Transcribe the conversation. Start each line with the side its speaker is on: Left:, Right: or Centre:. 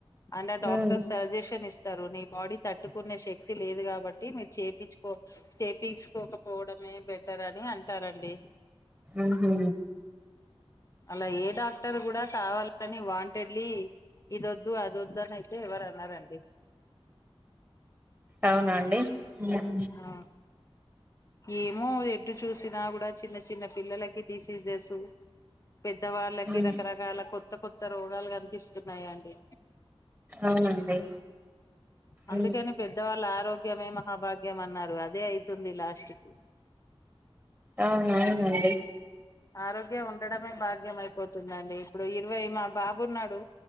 Left: అండ్ డాక్టర్స్
Right: ఉమ్
Left: సజెషన్ ఇస్తారు నీ క్ బాడీ తట్టుకునే శక్తి లేదు కాబట్టి మీరు చేపీచ్ ఒక్ టేడీ చ్ పోక పోవడమే బెటర్ అని అంటారండి
Right: ఉహు
Left: అలా ఏ డాక్టర్ కూడా కావాలని వాంటెడ్లీ ఇది వద్దు అదో వద్దు అని అయితే ఎవరు అనారండి
Right: అవునాండి ఉం
Left: ఆ ఏమో ఎటూ చూసినా కూడా చిన్న చిన్న పిల్లలకి డిసీజెసూ పెద్దవాళ్ళకి
Right: ఉమ్
Left: రకరకాల కొత్త కొత్త ఎంత రోగాలు కనిపిస్తున్నాయి అండీ
Right: అవునండి
Left: అందుకేనేమ్
Right: ఉమ్
Left: పెద్దవాళ్ళు ఆరోగ్య ఆరోగ్యమే మహాభాగ్యం అన్నారు అదే అయితుంది లాస్ట్ కి
Right: అవునవునండి
Left: ఆరోగ్యం ఉండడమే భాగ్యం అయిపోతుంది ఉంటందండి ఇప్పుడు ఇరవై మా బాబు ఉన్నాడు